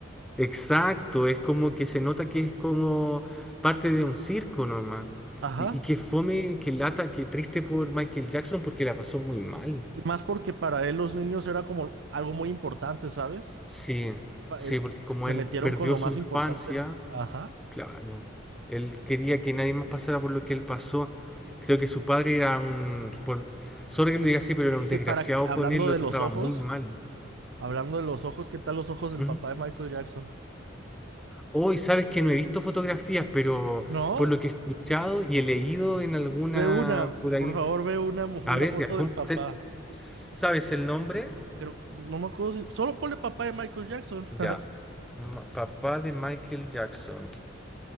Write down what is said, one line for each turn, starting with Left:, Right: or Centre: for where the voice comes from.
Centre: Exacto, es como que se nota que es como parte de un circo nomás.
Right: Ajá,
Centre: Y, y que fome, que lata, que triste por Michael Jackson porque la pasó muy mal.
Right: y más porque para él los niños era como algo muy importante, ¿sabes?
Centre: Sí,
Right: Pa-
Centre: sí,
Right: él-
Centre: porque como
Right: se
Centre: él
Right: metieron
Centre: perdió
Right: con lo
Centre: su
Right: más
Centre: infancia,
Right: importante. Ajá.
Centre: claro, él quería que nadie más pasara por lo que él pasó. Creo que su padre era un, por, sorry que lo diga así, pero
Right: Ese
Centre: era un desgraciado
Right: para, hablando
Centre: con él, lo
Right: de
Centre: trataba
Right: los ojos,
Centre: muy mal.
Right: hablando de los ojos, ¿qué tal los ojos del
Centre: Ujú.
Right: papá de Michael Jackson?
Centre: Hoy sabes que no he visto fotografías, pero
Right: No,
Centre: por lo que he escuchado y he leído en alguna
Right: ve una,
Centre: por
Right: por
Centre: ahí
Right: favor, ve una, mo-
Centre: A
Right: una
Centre: ver,
Right: foto
Centre: ya, ¿cómo
Right: del papá.
Centre: te- ¿sabes el nombre?
Right: Creo, que- no me acuerdo si, solo ponle papá de Michael Jackson.
Centre: Ya.
Right: <laughs>
Centre: Ma- papá de Michael Jackson.